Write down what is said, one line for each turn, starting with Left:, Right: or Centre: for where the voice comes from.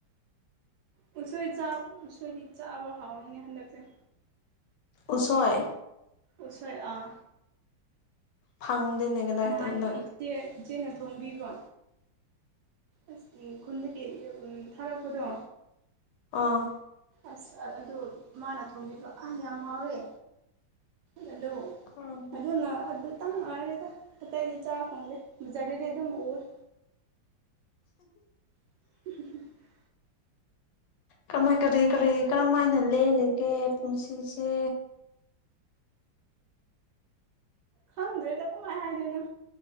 Right: ꯎꯁꯣꯏ ꯆ ꯎꯁꯣꯏꯗꯤ ꯆꯥꯕ ꯍꯥꯎꯋꯤꯅꯦ ꯍꯟꯗꯛꯁꯦ꯫
Left: ꯎꯁꯣꯏ
Right: ꯎꯁꯣꯏ ꯑꯥ꯫
Left: ꯐꯪꯗꯦꯅꯦ꯫ ꯀꯗꯥꯏꯗ
Right: ꯅꯍꯥꯟ
Left: ꯍꯟꯗꯛ
Right: ꯏꯆꯦ ꯏꯆꯦꯅ ꯊꯣꯡꯕꯤꯕ꯫ ꯑꯁ ꯈꯨꯟꯗꯒꯤ ꯊꯥꯔꯛꯄꯗꯣ?
Left: ꯑꯥ
Right: ꯑꯁ ꯑꯗꯨ ꯃꯥꯅ ꯊꯣꯡꯕꯤꯕ ꯑꯥ ꯌꯥꯝ ꯍꯥꯎꯋꯦ꯫ ꯍꯜꯂꯣ
Left: ꯎꯝ
Right: ꯑꯗꯨꯅ ꯑꯗꯨꯇꯪꯉꯥꯏꯔꯦꯗ ꯑꯇꯩꯗꯤ ꯆꯥꯕ ꯐꯪꯗꯦ ꯕꯖꯥꯔꯗꯗꯤ ꯑꯗꯨꯝ ꯎꯔꯦ <unintelligible>
Left: ꯀꯃꯥꯏ ꯀꯔꯤ ꯀꯔꯤ ꯀꯔꯝ ꯍꯥꯏꯅ ꯂꯦꯜꯂꯤꯒꯦ ꯄꯨꯟꯁꯤꯁꯦ
Right: ꯈꯪꯗ꯭ꯔꯦꯗ ꯀꯃꯥꯏꯅ ꯍꯥꯏꯗꯣꯏꯅꯣ